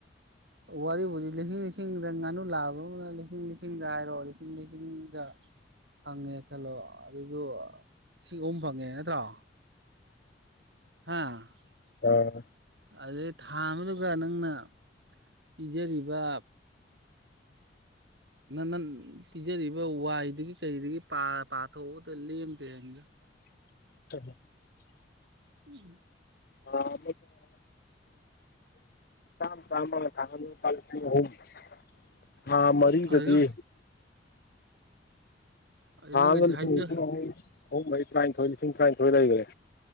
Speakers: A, on the right; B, on the left.
A: ꯋꯥꯔꯤꯕꯨꯗꯤ ꯂꯤꯁꯤꯡ ꯂꯤꯁꯤꯡꯗ ꯉꯥꯅꯨ ꯂꯥꯕ ꯑꯃ ꯑꯗꯨꯅ ꯂꯤꯁꯤꯡ ꯂꯤꯁꯤꯡꯗ ꯍꯥꯏꯔꯣ ꯂꯤꯁꯤꯡ ꯂꯤꯁꯤꯡꯗ ꯐꯪꯉꯦ ꯈꯜꯂꯣ ꯑꯗꯨꯖꯨ ꯂꯤꯁꯤꯡ ꯑꯍꯨꯝ ꯐꯪꯉꯦ ꯅꯠꯇ꯭ꯔꯣ <unintelligible>
B: ꯑꯥ
A: ꯊꯥ ꯑꯃꯗꯨꯒ ꯅꯪꯅ ꯄꯤꯖꯔꯤꯕ ꯅꯅꯟ ꯄꯤꯖꯔꯤꯕ ꯋꯥꯏꯗꯒꯤ ꯀꯩꯗꯒꯤ ꯄꯥ ꯄꯥꯊꯣꯛꯎꯗ ꯂꯦꯝꯗꯦ ꯍꯥꯏꯝꯅꯤꯗ
B: <unintelligible>
A: ꯎꯝ
B: ꯑꯣ <unintelligible> ꯊꯥ ꯃꯔꯤꯗꯗꯤ
A: ꯐꯔꯒ ꯑꯩ
B: ꯊꯥꯑꯝꯗ
A: ꯅꯪ ꯍꯥꯏꯁꯦ ꯍꯥꯏꯖ
B: ꯂꯤꯁꯤꯡ ꯂꯤꯁꯤꯡ ꯑꯍꯨꯝ ꯑꯍꯨꯝ ꯃꯔꯤ ꯇꯔꯥꯏꯟꯊꯣꯏ ꯂꯤꯁꯤꯡ ꯇꯔꯥꯏꯟꯊꯣꯏ ꯂꯩꯈ꯭ꯔꯦ